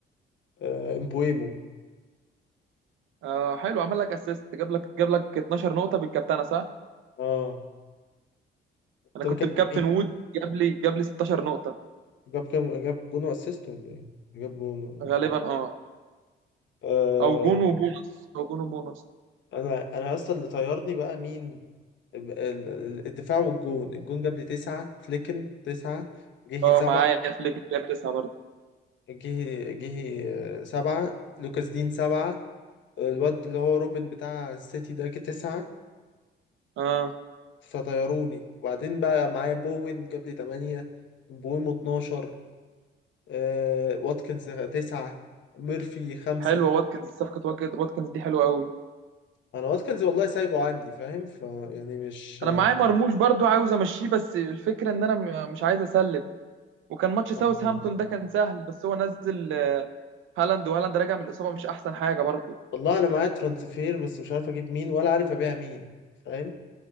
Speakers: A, on the left (about 70°); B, on the right (about 80°).
A: آه، امبويمو
B: اه حلو عمل لك اسيست جاب لك جاب لك 12 نقطة بالكابتنة صح؟
A: اه انت
B: انا كنت
A: مكابتن
B: مكابتن
A: مين؟
B: وود جاب لي جاب لي 16 نقطة
A: جاب كام جاب جون واسيست ولا ايه؟ جاب جون ولا-
B: غالبا اه
A: آه
B: او جون وبونص او جون وبونص
A: انا انا يا اسطى اللي طيرني بقى مين؟ ال- ال- الدفاع والجون الجون جاب لي تسعة فليكن تسعة جهي
B: اه
A: سبعة
B: معايا فليك جاب تسعة برضه
A: جهي جهي آه، سبعة لوكاس دين سبعة الواد اللي هو روبن بتاع السيتي ده جه تسعة
B: اه
A: فطيروني وبعدين بقى معايا بوين جاب لي تمانية بويمو اتناشر آه واتكنز تسعة ميرفي خمسة
B: حلوة واتكنز صفقة واتكنز واتكنز دي حلوة قوي
A: أنا واتكنز والله سايبه عندي فاهم ف يعني مش
B: انا معايا مرموش برضو عاوز امشيه بس الفكره ان انا م- مش عايز اسلم وكان ماتش ساوث
A: آه.
B: هامبتون ده كان سهل بس هو نزل آه، هالاند وهالاند راجع من الاصابه مش احسن حاجه برضو
A: والله أنا معايا ترانسفير بس مش عارف أجيب مين ولا عارف أبيع مين فاهم